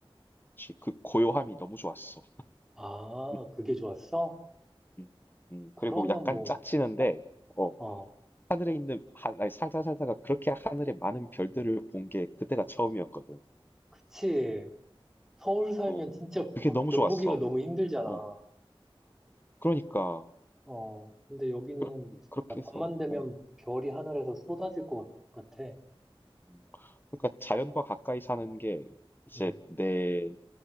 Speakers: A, on the left; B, in the centre.
A: 그치. 그 고요함이 너무 좋았어.
B: 아,
A: 음,
B: 그게 좋았어?
A: 음, 음.
B: 그러면
A: 그리고 약간
B: 뭐,
A: 짜치는데 어,
B: 어,
A: 하늘에 있는 하, 아니, 살다 살다가 그렇게 하늘에 많은 별들을 본 게 그때가 처음이었거든.
B: 그치. 서울 살면
A: 어,
B: 진짜
A: 그게
B: 보-
A: 너무
B: 별
A: 좋았어.
B: 보기가 너무 힘들잖아.
A: 어, 그러니까
B: 어, 근데 여기는
A: 그렇,
B: 진짜
A: 그렇게
B: 밤만
A: 해서
B: 되면
A: 어.
B: 별이 하늘에서 쏟아질 것 같- 같아.
A: 음. 그러니까 자연과 가까이 사는 게 이제
B: 음.
A: 내